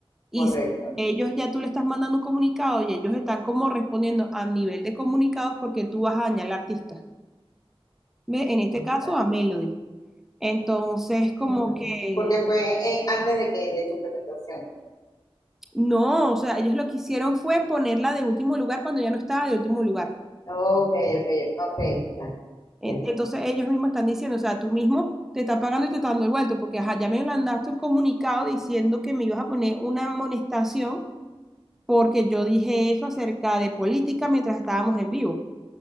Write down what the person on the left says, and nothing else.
Correcto.
Exacto.
Mm,
Porque fue eh, antes de que de su presentación.
Ok, ok, ok, ya,
ya, ya.